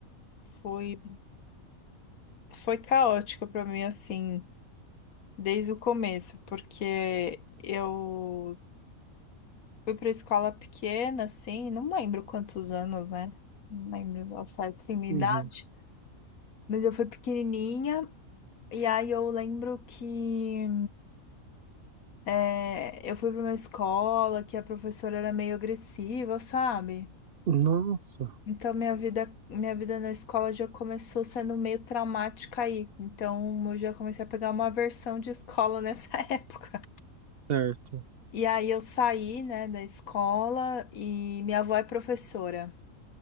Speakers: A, on the left (about 85°); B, on the right (about 60°).
A: fui, foi caótico para mim assim, desde o começo, porque eu Fui pra escola pequena, assim, não lembro quantos anos, né? Não lembro ao certo assim, minha
B: Uhum.
A: idade. Mas eu fui pequenininha, e aí eu lembro que é, eu fui pra uma escola que a professora era meio agressiva, sabe?
B: Nossa,
A: Então minha vida, minha vida na escola já começou sendo meio traumática aí. Então eu já comecei a pegar uma aversão de escola nessa <laughs> época.
B: certo.
A: E aí eu saí, né, da escola e minha avó é professora.